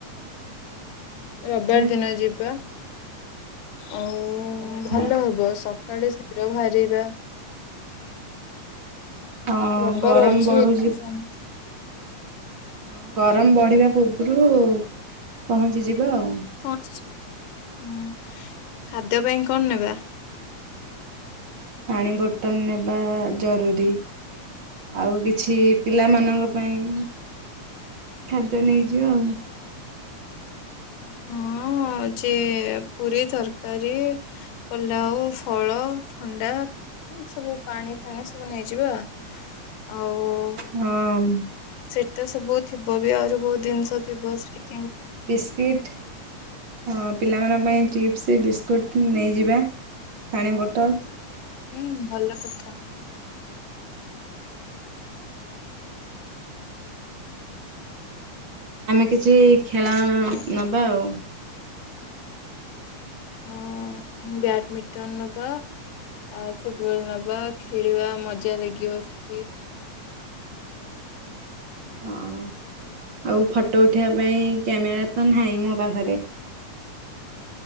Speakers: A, on the right (about 40°); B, on the left (about 85°).
A: ଭଲ
B: ରବିବାର
A: କଥା
B: ଦିନ ଯିବା ଆଉ
A: ଭଲ କଥା
B: ଭଲ ହବସ। କାଳେ ଶୀଘ୍ର ବାହାରିବା।
A: ହଁ
B: ରଵିବାରେ
A: ଗରମ
B: ଅଛି।
A: ବଢୁଛି
B: <unintelligible>
A: ହଁ
B: ହୁଁ
A: ଗରମ ବଢିବା ପୂର୍ବରୁ ପହଞ୍ଚିଯିବା ଆଉ।
B: ପହଂଚ ହୁଁ ଖାଦ୍ୟ ପାଇଁ କଣ ନେବା?
A: ପାଣି ବୋଟଲ ନେବା ଜରୁରୀ। ଆଉ କିଛି ପିଲାମାନଙ୍କ ପାଇଁ ଖାଦ୍ୟ ନେଇଯିବେ ଆଉ।
B: ହଁ ଯେ ପୁରି ତରକାରୀ ପୋଲାଉ, ଫଳ, ଥଣ୍ଡା ସବୁ ପାଣି ଫାଣି ସବୁ ନେଇଯିବା ଆଉ
A: ହୁଁମ୍।
B: ସେଠି ତ ସବୁ ଥିବ ବି ଆହୁରି ବହୁତୁ ଦିନିଷ ଥିବ ସେଠିକିଣି
A: ବିସ୍କ୍ୱିଟ୍। ହଁ ପିଲାମାନଙ୍କ ପାଇଁ ଚିପ୍ସ ବିସ୍କୁଟ୍ ନେଇଯିବା ପାଣି ବୋଟଲ।
B: ହୁଁ ଭଲ କଥା।
A: ଆମେ କିଛି ଖେଳ
B: ଆଉ କଣ
A: ନବା ଆଉ।
B: ହଁ ବ୍ୟାଡ଼ମିଣ୍ଟନ ନେବା ଆଉ ଫୁଟବଲ ନବା ଖେଳିବା ମଜା ଲେଗିବ ସେଠି।
A: ହଁ ଆଉ ଫଟୋ ଉଠେଇିଆ ପାଇଁ କ୍ୟାମେରା ତ ହ୍ନାଇଁ ମୋ ପାଖରେ।